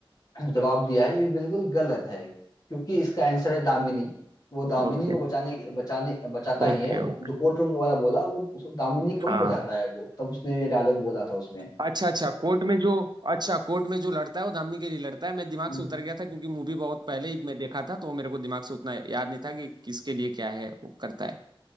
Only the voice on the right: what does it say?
Okay
okay
ओके
हाँ
अच्छा अच्छा कोर्ट में जो अच्छा कोर्ट में जो लड़ता है वो धामनी के लिए लड़ता है मैं दिमाग
से उतर गया था क्योंकि मूवी बहुत पहले ही मैं देखा था तो मेरे को दिमाग से उतना याद नहीं था कि किसके लिए क्या है वो करता है